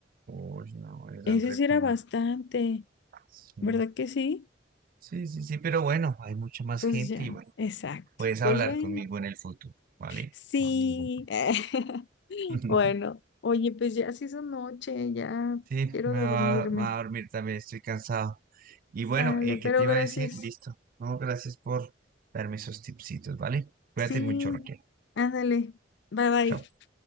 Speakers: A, on the right (about 50°); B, on the left (about 65°).
A: Uy, no, eran
B: Eso
A: reparos.
B: sí era bastante,
A: Sí.
B: ¿verdad que sí?
A: sí, sí, sí, pero bueno, hay mucha más
B: Pues
A: gente
B: ya,
A: y bueno,
B: exacto.
A: puedes
B: Pues
A: hablar
B: bueno,
A: conmigo en el futuro, ¿vale?
B: sí.
A: No hay ningún
B: <laughs>
A: problema.
B: Bueno,
A: <laughs>
B: oye, pues ya se hizo noche, ya
A: Sí,
B: quiero
A: me
B: dormirme.
A: va, me va a dormir también, estoy cansado. Y
B: Sale,
A: bueno, eh,
B: pero
A: ¿qué te iba
B: gracias.
A: a decir? Listo. No, gracias por darme esos tipsitos, ¿vale? Cuídate
B: Sí,
A: mucho, Raquel.
B: ándale. Bye bye.
A: Chao.